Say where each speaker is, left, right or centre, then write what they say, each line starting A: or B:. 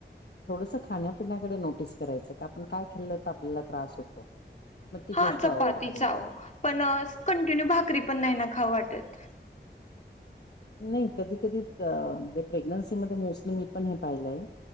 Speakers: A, on the left; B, on the left.
A: थोडसं खाण्यापिण्याकडे नोटीस करायचं की आपण काय खाल्लं तर आपल्याला त्रास होतो मग ती
B: हा
A: गोष्ट
B: चपाती
A: अव्हॉइड करायची.
B: चाव पण कंटिन्यू भाकरी पण नाही ना खाऊं वाटत
A: नाही कधी कधी म्हणजे प्रेग्नन्सीमध्येध्ये मोस्टली मी पण हे पाहिलंय